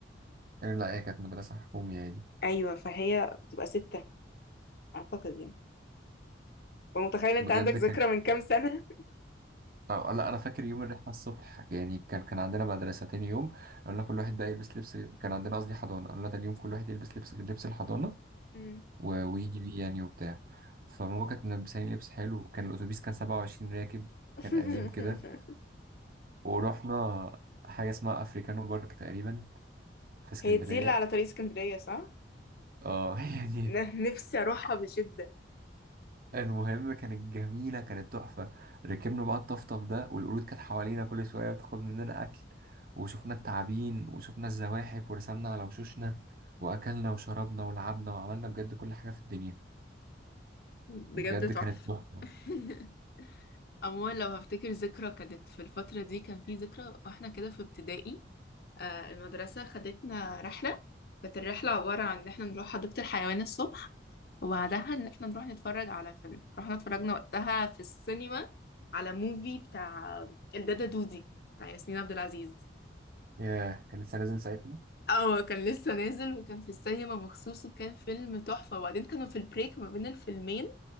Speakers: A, on the right; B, on the left.
A: آه، لا هي كانت مدرسة حكومية يعني
B: ايوه فهي بتبقى ستة اعتقد يعني ومتخيل انت
A: بجد
B: عندك ذكرى
A: كانت
B: من كام سنة
A: آه، لا أنا فاكر يوم الرحلة الصبح يعني كان كان عندنا مدرسة تاني يوم قلنا كل
B: آه.
A: واحد بقى يلبس لبس كان عندنا قصدي حضانة قلنا تاني يوم كل واحد يلبس لبس لبس الحضانة
B: مم.
A: و- ويجي بيه يعني وبتاع فماما كانت ملبساني لبس حلو كان الأتوبيس كان سبعة وعشرين راكب
B: <laughs>
A: كان قديم كده ورحنا حاجة اسمها أفريكانو بارك تقريبا في اسكندرية
B: هي دي اللي على طريق اسكندرية صح؟
A: اه <laughs> يعني
B: ن- نفسي اروحها بشدة
A: المهم كانت جميلة كانت تحفة ركبنا بقى الطفطف ده والقرود كانت حوالينا كل شوية بتاخد مننا أكل وشفنا التعابين وشفنا الزواحف ورسمنا على وشوشنا وأكلنا وشربنا ولعبنا وعملنا بجد كل حاجة في الدنيا
B: بجد
A: بجد كانت
B: تحفة
A: تحفة
B: <laughs> عموما لو هفتكر ذكرى كانت في الفترة دي كان في ذكرى واحنا كده في ابتدائي آه المدرسة خدتنا رحلة كانت الرحلة عبارة عن ان احنا نروح حديقة الحيوان الصبح وبعدها ان احنا نروح نتفرج على فيلم رحنا اتفرجنا وقتها في السينما على موفي بتاع الدادا دودي بتاع ياسمين عبد العزيز
A: ياه كان لسه نازل ساعتها
B: اه كان لسه نازل وكان في السينما مخصوص وكان فيلم تحفة وبعدين كانوا في البريك ما بين الفيلمين